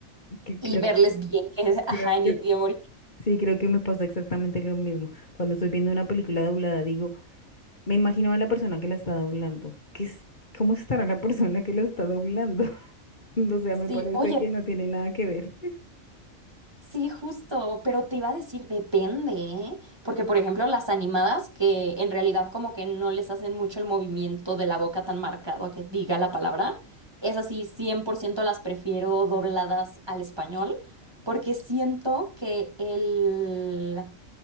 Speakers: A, on the left (about 40°); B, on the right (about 20°).
A: Que
B: y
A: creo,
B: verles bien que es,
A: creo
B: ajá, en
A: que
B: idioma original.
A: sí, creo que me pasa exactamente lo mismo. Cuando estoy viendo una película doblada, digo, me imagino a la persona que la está doblando. ¿Qué es, cómo estará la persona que la está doblando? <laughs> O sea,
B: Sí,
A: me parece
B: oye,
A: que no tiene nada que ver.
B: Sí, justo, pero te iba a decir depende, ¿eh? Porque por ejemplo las animadas que en realidad como que no les hacen mucho el movimiento de la boca tan marcado a que diga la palabra, es así, 100% las prefiero dobladas al español, porque siento que el,